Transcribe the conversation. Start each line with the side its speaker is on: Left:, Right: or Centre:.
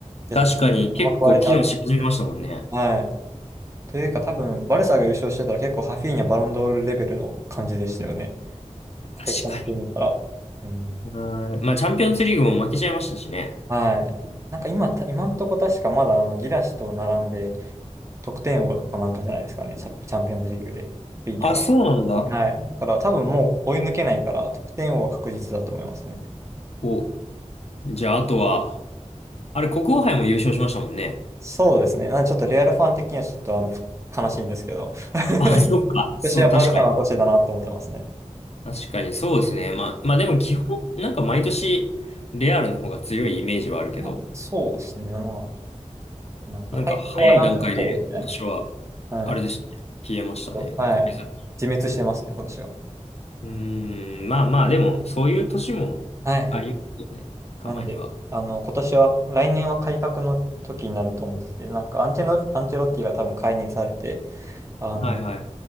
Right: いや、
Left: 確かに結構機能し始めましたもんね。
Right: 壊れたと思って。はい。というか、
Left: うん
Right: 多分、バルサが優勝してたら結構ハフィーニャ、バロンドールレベルの感じでしたよね。
Left: 確かに。
Right: 結果だけ見たら。うん。
Left: うんまあ、チャンピオンズリーグも負けちゃいましたしね。
Right: はい。なんか今、た今んとこ確かまだあのギラシと並んで得点王かなんかじゃないですかね。チャ、チャンピオンズリーグで、フィーニャが。
Left: あ、そうなんだ。
Right: はい。だから多分もう追い抜けないから、得点王は確実だと思いますね。
Left: お、じゃあ、あとは、あれ、国王杯も優勝しましたもんね。
Right: そうですね。なんでちょっとレアルファン的にはちょっとあの、悲しいんですけど。<laughs> 今
Left: あ、そっか。そう、
Right: 年はバルサの年だなと思ってますね。
Left: 確かに。確かに、そうですね。まあ、まあでも基本、なんか毎年、レアルの方が強いイメージはあるけど、
Right: あそうですね。まあ、なんか、
Left: なんか早い段階で今年は、
Right: 体調はなんとか取るみたいな。はい。
Left: あれでしたね。消えましたね。
Right: はい。
Left: なんか別に。
Right: 自滅してますね、今年は。
Left: うーん、まあまあ、でも、そういう年もありますよね。
Right: はいはい。
Left: たまには。
Right: なんで、あの、今年は、来年は改革の時になると思ってて、なんかアンチェロ、アンチェロッティが多分解任されて、あの、
Left: はいはい。